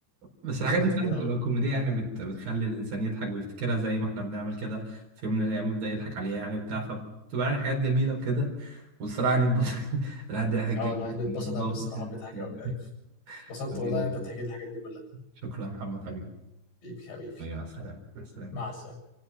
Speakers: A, on the right (about 55°); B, on the left (about 65°).
A: بس
B: بالظبط
A: الحاجات دي فعلا
B: كده اه
A: بتبقى كوميديا يعني بت... بتخلي الانسان يضحك ويفتكرها زي ما احنا بنعمل كده في يوم من الايام يبدا يضحك عليها يعني بتاع فبتبقى يعني حاجات جميله وكده والصراحه يعني البص... <laughs> لا ده ضحك
B: اه
A: جامد
B: الواحد بيتبسط
A: من الموقف
B: قوي الصراحه
A: اللي-
B: بيضحك قوي من قلبه
A: <laughs>
B: اتبسطت
A: حبيبي
B: والله انت بتحكي لي الحاجات دي كلها
A: شكرا يا محمد حبيبي
B: حبيبي حبيبي
A: ايوه سلام سلام
B: مع السلامه